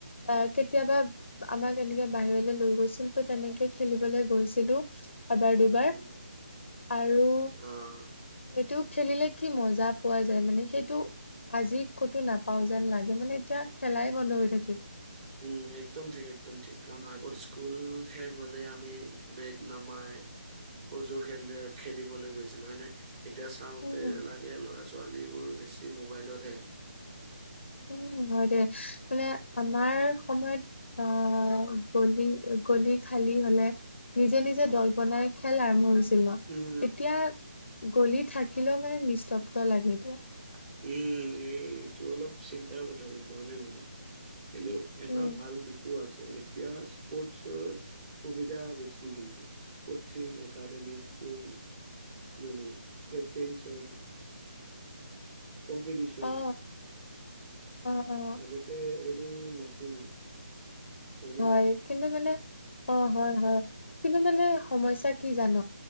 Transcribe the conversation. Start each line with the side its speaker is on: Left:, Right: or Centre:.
Left: অহ কেতিয়াবা আমাক এনেকে বাহিৰলে লৈ গৈছিল তহ তেনেকে খেলিবলৈ গৈছিলো- এবাৰ দুবাৰ
Right: উম,
Left: আৰু
Right: অ'।
Left: সেইটো খেলিলে কি মজা পোৱা যায় মানে, সেইটো আজি ক'তো নাপাও যেন লাগে মানে এতিয়া খেলাই বন্ধ হৈ থাকিল।
Right: উম একদম ঠিক একদম ঠিক কাৰণ আগত স্কুল শেষ হলে আমি বেগ নমাই সজু খেল খেলিবলৈ গৈছিলো হয় নে? এতিয়া চাওঁতে
Left: উম
Right: লাগে লৰা ছোৱালীবোৰ বেছি মোবাইলতহে।
Left: উম হয় দে মানে আমাৰ সময়ত আহ গলি গলি খালি হলে নিজে নিজে দল বনাই খেল আৰম্ভ হৈছি লে।
Right: হুম
Left: এতিয়া গলি থাকিলেও মানে নিস্তব্ধ লাগে এতিয়া।
Right: উম এই এইটো অলপ চিন্তাৰ কথা কিন্তু হয়নে নহয়? কিন্তু এটা
Left: উম
Right: ভাল দিশো আছে এতিয়া স্পৰ্টচৰ সুবিধা বেছি কিন্তু। কচিং একাডেমি স্কুল হয় নে নহয় কেপটেইন চন কম্পিটিচন
Left: অ অ অ অ
Right: আগতে এইবোৰ নাছিল। হয়নে
Left: হয় কিন্তু মানে অ হয় হয়, কিন্তু মানে সমস্যা কি জান?